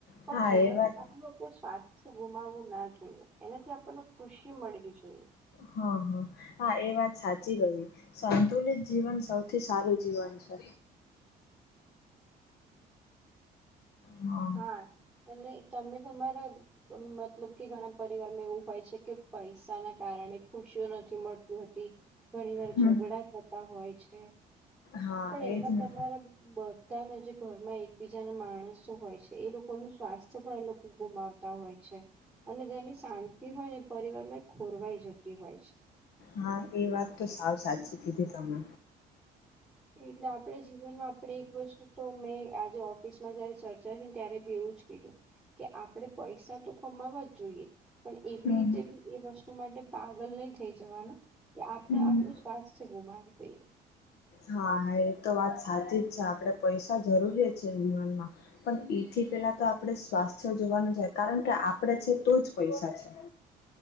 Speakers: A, on the left (about 70°); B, in the centre.
A: હા
B: પણ
A: એ
B: એનાથી
A: વાત
B: આપણું આપણે સ્વાસ્થ્ય ગુમાવવું ના જોઈએ. એનાથી આપણને ખુશી મળવી જોઈએ.
A: હા હા હા એ વાત સાચી કઈ સંતુલિત જીવન સૌ થી સારું જીવન છે. હા.
B: હા અને તમે તમારા મતલબ કે ઘણા પરિવારમાં એવું હોય છે કે પૈસા ના કારણે ખુશીઓ નથી મળતી હો ઘણી વાર
A: હમ
B: ઝઘડા થતા હોય છે
A: હા
B: પણ
A: એજ
B: એમાં
A: ને
B: તમારા બધાને જે ઘરમાં એકબીજા ના માણસો હોય છે એ લોકોનું સ્વાસ્થ્ય પણ એ લોકો ગુમાવતા હોય છે અને તેની શાંતિ હોય ને પરિવાર માં ખોરવાઈ જતી હોય છે
A: હા એ વાત તો સાવ સાચી કીધી તમે
B: એટલે આપણે જીવનમાં આપણે એક વસ્તુ તો મેં આજે ઓફિસમાં જયારે ચર્ચા થ ને ત્યારે બ એવું જ કીધું કે આપણેે પૈસા તો કમાવા જ જોઈએ પણ એવી
A: હમ
B: રીતે બી એ વસ્તુ માટે પાગલ નહી થઈ જવાનું કે આપડે
A: હમ.
B: આપણો શ્વાસ છે ગુમાવી દઈએ
A: હા હા એ તો વાત સાચી જ છે આપણેે પૈસા જરૂરીય છેએ જીવનમાં પણ એથી પેલા તો આપણેે સ્વાસ્થ્ય જોવાનું છે કારણ કે આપડે છે તો જ પૈસા છે